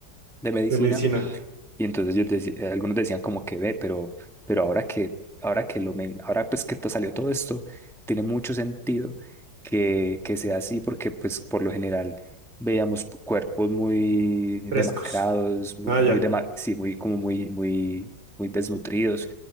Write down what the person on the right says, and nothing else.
De medicina,
frescos.
Ah,
ya,